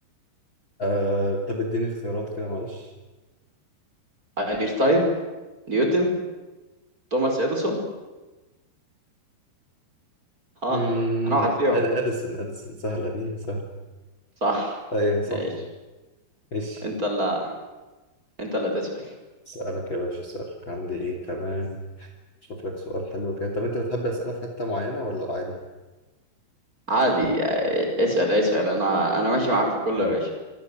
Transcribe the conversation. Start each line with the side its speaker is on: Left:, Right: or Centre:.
Left: آه، طب اديني اختيارات كده معلش
Right: اينشتاين نيوتن توماس اديسون اه
Left: امم
Right: انا واحد فيهم
Left: أد... اديسون اديسون سهله دي سهله
Right: صح
Left: ايوه صح
Right: ماشي
Left: ماشي
Right: انت اللي انت اللي تسأل
Left: اسالك يا باشا اسالك عندي ايه كمان اشوف لك سؤال حلو كده طب انت بتحب اسئله في حته معينه ولا عادي
Right: عادي آه، اسأل اسأل انا انا ماشي معاك في كل يا باشا